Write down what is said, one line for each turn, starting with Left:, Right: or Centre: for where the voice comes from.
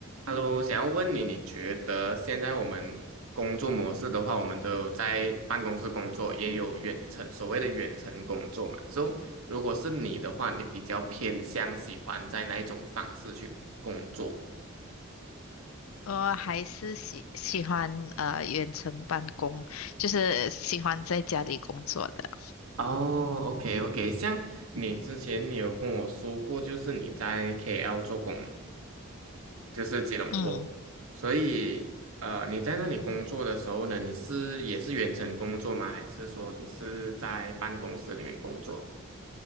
Right: Hello，想要问你，你觉得现在我们工作模式的话，我们都有在办公室工作，也有远程，所谓的远程工作嘛。So，如果是你的话，你比较偏向喜欢在哪一种方式去工作？
Left: 呃，还是喜喜欢呃远程办公，就是喜欢在家里工作的。
Right: 哦，OK OK，像你之前你有跟我说过，就是你在 KL 做工嘛就是吉隆坡，
Left: 嗯，
Right: 所以呃，你在那里工作的时候呢，你是也是远程工作吗？还是说你是在办公室里面工作？